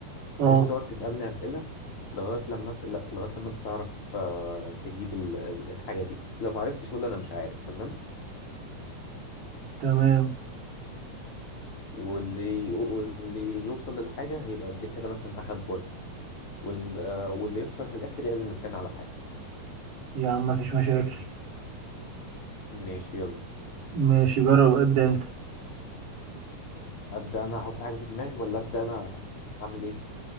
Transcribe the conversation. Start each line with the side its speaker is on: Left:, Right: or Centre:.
Right: اه
Left: وانت تقعد تسالني اسئله لغايه لما انت لا لغايه لما انت تعرف آه، تجيب ال- ال- الحاجه دي لو ما عرفتش قول انا مش عارف تمام
Right: تمام
Left: واللي واللي يوصل للحاجه هيبقى قد كده مثلا اخد بوينت وال- آه، واللي يخسر في الاخر يعزم التاني على حاجه
Right: يا عم مفيش مشاكل
Left: ماشي يلا
Right: ماشي جرب ابدأ انت
Left: ابدا انا احط حاجه في دماغي ولا ابدا انا اعمل ايه